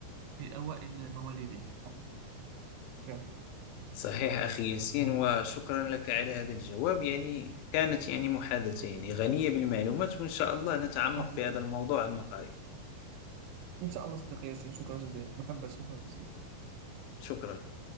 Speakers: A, on the right; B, on the left.
A: في أوائل مواليدهم نعم
B: صحيح أخي ياسين وشكرا لك على هذا الجواب يعني كانت يعني محادثة يعني غنية بالمعلومات وإن شاء الله نتعمق
A: ما شاء
B: في
A: الله
B: هذا الموضوع عما قريب
A: إن شاء الله صديقي ياسين شكرا جزيلا محمد شكرا جزيلا
B: شكرا